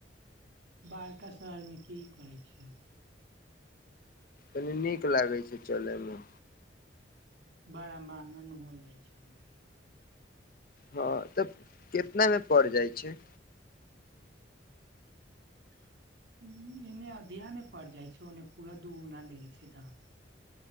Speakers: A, on the right; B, on the left.
A: बड़का शहरमे की करै छैिय आब
B: कनी नीक लागै छै चलयमे
A: बड़ा महंगा न हो जाइ छै ओने
B: हँ तऽ केितनामे पड़ जाइ छै
A: <unintelligible> ह एने अधेमे पड़ जाइ छै ओने पूरा दूगुना लै छै धाम